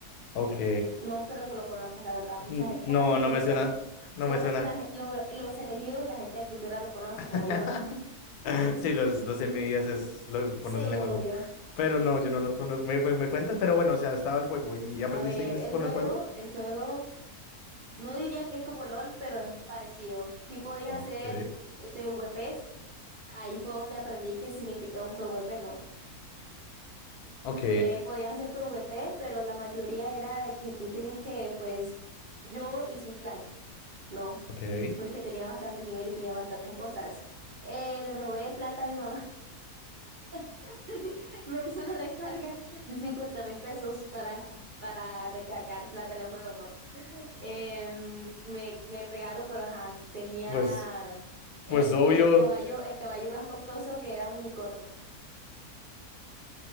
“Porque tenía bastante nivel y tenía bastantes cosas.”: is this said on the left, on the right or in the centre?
Right